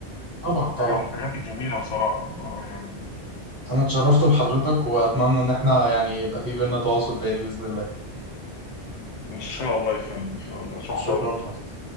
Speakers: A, on the right; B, on the left.
A: طبعا طبعا
B: حاجه من الحاجات الجميله بصراحه اه يعني
A: انا اتشرفت بحضرتك واتمنى
B: آه.
A: ان احنا يعني يبقى في بينا تواصل تاني بإذن الله
B: ان شاء الله يا فندم ان شاء الله شكرا
A: شكرا لحضرتك